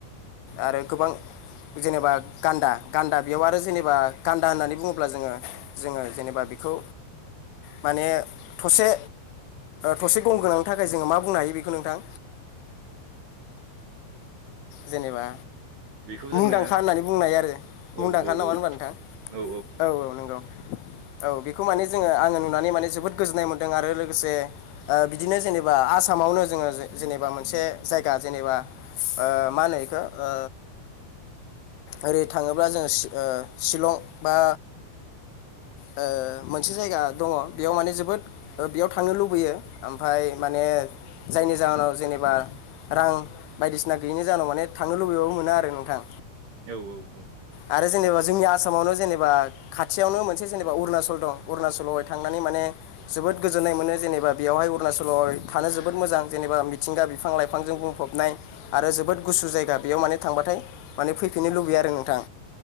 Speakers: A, on the left; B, on the right.
A: आरो गोबां जेनेबा गान्दा गान्दा बेयाव आरो जेनेबा गान्दा होननानै बुङोब्ला जोंङो जोङो जेनेबा बेखौ माने थसे थसे गं गोनांनि थाखाय जोंङो मा बुंनो हायो बेखौ नोंथां?
B: <inaudible>
A: जेनेबा
B: बेखौ जोङो
A: मुंदांखा होननानै बुंनाय आरो मुंदांखा
B: औ औ
A: नामा नङा
B: औ
A: होनबा नोंथां
B: औ
A: औ औ नंगौ।
B: <inaudible>
A: औ बेखौ माने जोङो आङो नुनानै माने जोबोद गोजोन्नाय मोन्दों आरो लोगोसे ओ बिदिनो जेनेबा आसाम मावनो जोङो जे जेनेबा मोनसे जायगा जेनेबा ओ मा होनो इखौ ओ ओरै थाङोब्ला जोङो शि ओ शिलं बा
B: <inaudible>
A: ओ मोनसे जायगा दङ बेयाव माने जोबोद ओ बेयाव थांनो लुबैयो ओमफाय माने जायनि जाहोनाव जेनेब बा रां बायदिसिना गैयैनि जाहोनाव माने थांनो लुबैबाबो मोना आरो नोंथां।
B: औ औ औ।
A: आरो जेनेबा जोंनि आसामावनो जेनेबा खाथियावनो मोनसे जेनेबा अरुणाचल दं अरुणाचलावहाय थांनानै माने जोबोद गोजोन्नाय मोनो जेनेबा बेवहाय अरुणाचलाव थानो जोबोद मोजां जेनेबा मिथिंगा बिफां लाइफांजों बुङ बुंफबनाय आरो जोबोद गुसु जायगा बेयाव माने थांबाथाय माने फैफिननो लुबैया आरो नोंथां।